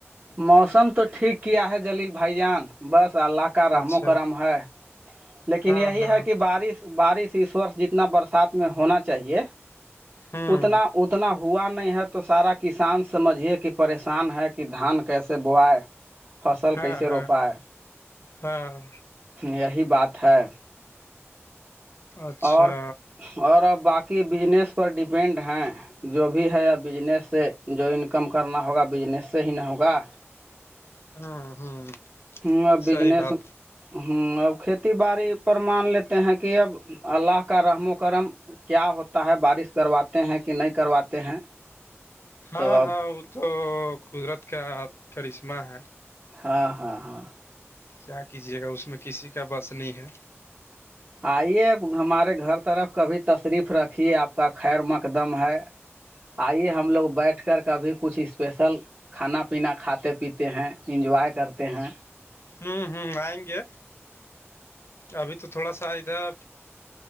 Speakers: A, on the right; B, on the left.
A: موسم تو ٹھیک کیا ہے جلیل بھائی جان بس اللہ رحم
B: اچھا
A: و کرم ہے لیکن
B: ہاں
A: یہی
B: ہاں
A: ہے کہ بارش بارش اس وورس جتنا برسات میں ہونا چاہیے
B: ہوں
A: اتنا اتنا ہو ہوا نہیں ہے تو سارا کسان سمجھیے کہ پریشان ہے کہ دھان کیسے بووائے فصل
B: ہاں
A: کیسے
B: ہاں
A: روپائے
B: ہاں
A: یہی بات ہے
B: اچھا
A: اور اور اب باقی بجنس پر ڈپینڈ ہیں جو بھی ہےیا بجنس سے جو انکم کرنا ہوگا بجنس سے ہی نہ ہوگا
B: ہاں ہوں
A: میں بزنس
B: صحیح بات
A: ہوں اب کھیتی باڑی پر مان لیتے ہیں کہ اب اللہ کا رحم و کرم کیا ہوتا ہے بارش کرواتے ہیں کہ نہیں کرواتے ہیں
B: ہاں
A: تو اب
B: ہاں وہ تو قدرت کا کرشمہ ہے
A: ہاں ہاں ہاں
B: کیا کیجیے گا اس میں کسی کا بس نہیں ہے
A: آئیے ہمارے گھر طرف کبھی تشریف رکھیے آپ کا خیر مقدم ہے آئیے ہم لوگ بیٹھ کر کبھی کچھ اسپیشل کھانا پینا کھاتے پیتے ہیں انجوائے کرتے ہیں
B: ہوں ہوں آئیں گے ابھی تو تھوڑا سا ادھر